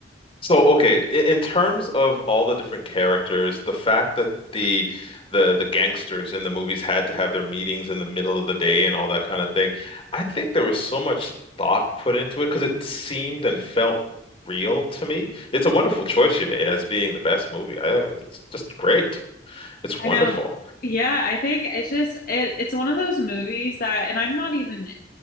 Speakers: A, on the left; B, on the left.
A: So okay, i- in terms of all the different characters, the fact that the the the gangsters in the movies had to have their meetings in the middle of the day and all that kind of thing, I think there was so much thought put into it because it seemed and felt real to me. It's a wonderful choice you made as being the best movie. I, it's just great. It's
B: I
A: wonderful.
B: know. Yeah, I think it's just it, it's one of those movies that and I'm not even